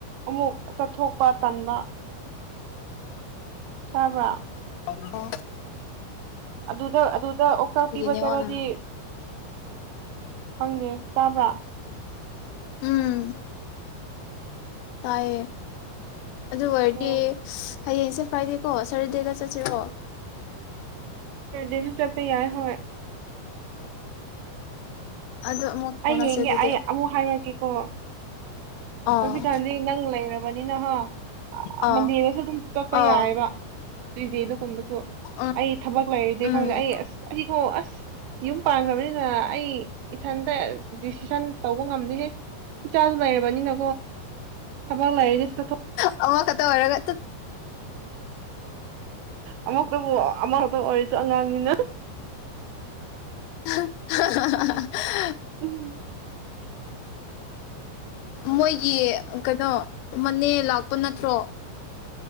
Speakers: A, on the right (about 85°); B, on the left (about 85°).
A: ꯑꯃꯨꯛ ꯆꯠꯊꯣꯛꯄ ꯇꯟꯕ ꯇꯥꯕ꯭ꯔ
B: ꯍ
A: ꯑꯗꯨꯗ ꯑꯗꯨꯗ ꯑꯣꯛꯆꯥꯛ ꯄꯤꯕ
B: ꯅꯦꯋꯥꯅꯔꯣ
A: ꯆꯠꯂꯗꯤ ꯈꯪꯉꯦ ꯇꯥꯕ꯭ꯔꯥ
B: ꯎꯝ ꯇꯥꯏꯌꯦ ꯑꯗꯨ ꯑꯣꯏꯔꯗꯤ
A: ꯑꯣ
B: ꯍꯌꯦꯡꯁꯦ ꯐ꯭ꯔꯥꯏꯗꯦꯀꯣ ꯁꯇꯔꯗꯦꯗ ꯆꯠꯁꯤꯔꯣ
A: ꯁꯟꯗꯦꯗ ꯆꯄ ꯌꯥꯏ ꯍꯦꯏ
B: ꯑꯗꯨ ꯑꯃꯨꯛ ꯐꯥꯎꯅꯁꯦ
A: ꯑꯩ ꯌꯦꯡꯒꯦ
B: ꯑꯗꯨꯗꯤ
A: ꯑꯩ ꯑꯃꯨꯛ ꯍꯥꯏꯔꯨꯔꯛꯀꯦꯀꯣ
B: ꯑꯥ
A: ꯍꯧꯖꯤꯛꯀꯥꯟꯗꯤ ꯅꯪ ꯂꯩꯔꯕꯅꯤꯅꯍ
B: ꯑꯥ
A: ꯃꯟꯗꯦꯗꯁꯨ ꯑꯗꯨꯝ ꯆꯣꯠꯄ
B: ꯑꯥ
A: ꯌꯥꯔꯦꯕ ꯗ ꯀꯨꯝꯕ
B: ꯎꯝ
A: ꯑꯩ ꯊꯕꯛ ꯂꯩꯔꯨꯗꯤꯦ
B: ꯎꯝ
A: ꯈꯪꯗꯦ ꯑꯩ ꯑꯁ ꯑꯣ ꯑꯁ ꯌꯨꯝ ꯄꯥꯡꯈ꯭ꯔꯕꯅꯤꯅ ꯑꯩ ꯏꯊꯟꯗ ꯗꯤꯁꯤꯁꯟ ꯇꯧ ꯉꯝꯗꯦꯍꯦ ꯏꯆꯥꯁꯨ ꯂꯩꯔꯕꯅꯤꯅ ꯊꯕꯥꯛ ꯂꯥꯏꯁꯇ ꯊ
B: ꯑꯃ ꯀꯠꯇ ꯑꯣꯔꯒ
A: ꯑꯃ ꯕꯨ ꯑꯃ ꯑꯣꯏꯔꯁꯨ ꯑꯉꯥꯡꯅꯤꯅ
B: <inaudible>
A: ꯎꯝ
B: ꯃꯣꯏꯒꯤ ꯀꯩꯅꯣ ꯃꯅꯦ ꯂꯥꯛꯄ ꯅꯠꯇ꯭ꯔꯣ